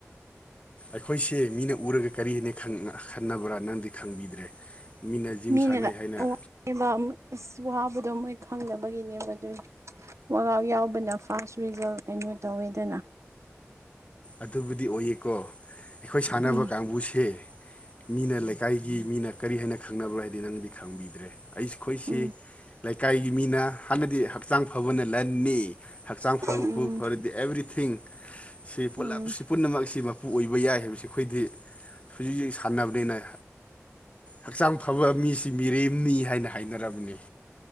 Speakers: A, on the left; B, on the right.
A: ꯑꯈꯣꯏꯁꯤ ꯃꯤꯅ ꯎꯔꯒ ꯀꯔꯤꯅꯤ ꯈꯟ ꯈꯟꯅꯕ꯭ꯔꯥ ꯅꯪꯗꯤ ꯈꯪꯕꯤꯗ꯭ꯔꯦ ꯃꯤꯅ ꯖꯤꯝ
B: ꯃꯤꯅ
A: ꯁꯥꯟꯅꯩ ꯍꯥꯏꯅ
B: <unintelligible> ꯏꯁ ꯋꯥꯕꯗꯣ ꯃꯣꯏ ꯈꯪꯗꯕꯒꯤꯅꯦꯕ ꯑꯗꯨꯅꯤ ꯋꯥꯛ ꯀꯥꯎꯠ ꯌꯥꯎꯗꯅ ꯐꯥꯁ ꯔꯤꯖꯜ ꯀꯩꯅꯣ ꯇꯧꯋꯦꯗꯅ
A: ꯑꯗꯨꯕꯨꯗꯤ ꯑꯣꯏꯌꯦꯀꯣ ꯑꯩꯈꯣꯏ ꯁꯥꯟꯅꯕ
B: ꯎꯝ
A: ꯀꯥꯡꯕꯨꯁꯦ ꯃꯤꯅ ꯂꯩꯀꯥꯏꯒꯤ ꯃꯤꯅ ꯀꯔꯤ ꯍꯥꯏꯅ ꯈꯪꯅꯕ꯭ꯔꯥ ꯍꯥꯏꯗꯤ ꯅꯪꯗꯤ ꯈꯪꯕꯤꯗ꯭ꯔꯦ ꯑꯩꯈꯣꯏꯁꯤ
B: ꯎꯝ
A: ꯂꯩꯀꯥꯏꯒꯤ ꯃꯤꯅ ꯍꯥꯟꯅꯗꯤ ꯍꯛꯆꯥꯡ ꯐꯕꯅ ꯂꯟꯅꯤ ꯍꯛꯆꯥꯡ ꯐꯕꯕꯨ
B: ꯎꯝ
A: ꯐꯔꯗꯤ ꯑꯦꯕ꯭ꯔꯤꯊꯤꯡ ꯁꯤ ꯄꯨꯂꯞ
B: ꯎꯝ
A: ꯁꯤ ꯄꯨꯝꯅꯃꯛꯁꯤ ꯃꯄꯨ ꯑꯣꯏꯕ ꯌꯥꯏ ꯍꯥꯏꯕꯁꯤ ꯑꯈꯣꯏꯗꯤ ꯍꯧꯖꯤꯛ ꯍꯧꯖꯤꯛ ꯁꯥꯟꯅꯕꯅꯤꯅ ꯍꯛꯆꯥꯡ ꯐꯕ ꯃꯤꯁꯤ ꯃꯤꯔꯦꯝꯅꯤ ꯍꯥꯏꯅ ꯍꯥꯏꯅꯔꯝꯅꯤ